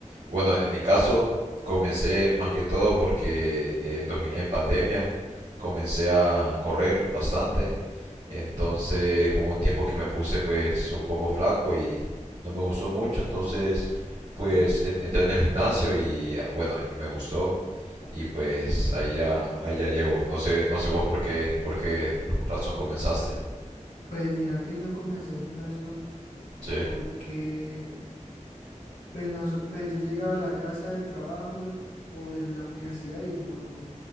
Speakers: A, on the right; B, on the left.
A: Bueno, en mi caso, comencé más que todo porque eh, en, 2000 en pandemia comencé a correr bastante. Entonces hubo un tiempo que me puse pues un poco flaco y no me gustó mucho. Entonces
B: <clears throat>
A: pues en- entré en el gimnasio y bueno, y me gustó. Y pues ahí ya, ahí ya llevo. No sé, no sé vos por qué, por qué razón comenzaste.
B: Pues mira que yo comencé el gimnasio
A: Sí.
B: porque pues, no, so- pues yo llegaba a la casa del trabajo o de la universidad y no,